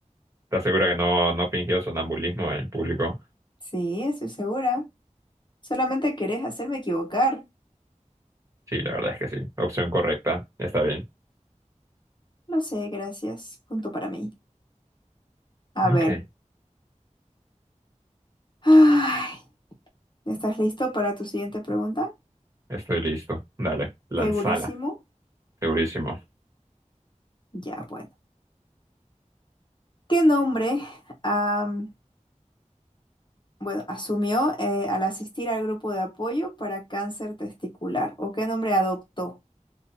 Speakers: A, on the right; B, on the left.
A: ¿Estás segura que no, no fingió sonambulismo en público?
B: Sí, estoy segura. Solamente querés hacerme equivocar.
A: Sí, la verdad es que sí. Opción correcta. Está bien.
B: Lo sé, gracias. Punto para mí. A
A: Ok,
B: ver. Ay, ¿estás listo para tu siguiente pregunta?
A: estoy listo. Dale, lanzala.
B: Segurísimo.
A: Segurísimo.
B: Ya, bueno. ¿Qué nombre, am, bueno, asumió eh, al asistir al grupo de apoyo para cáncer testicular? ¿O qué nombre adoptó?